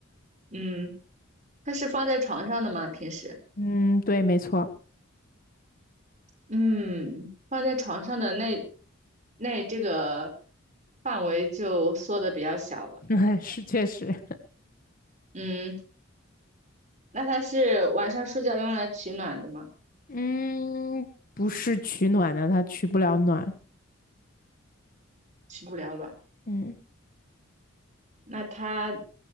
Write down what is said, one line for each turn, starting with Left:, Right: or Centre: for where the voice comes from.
Right: 嗯，它是放在床上的吗？平时？
Left: 嗯，对，没错，
Right: 嗯，放在床上的那那这个范围就缩的比较小了。
Left: <laughs> 是确实。
Right: 嗯，那它是晚上睡觉用来取暖的吗？
Left: 嗯，不是取暖的，它取不了暖。
Right: 起不了卵。
Left: 嗯，
Right: 那它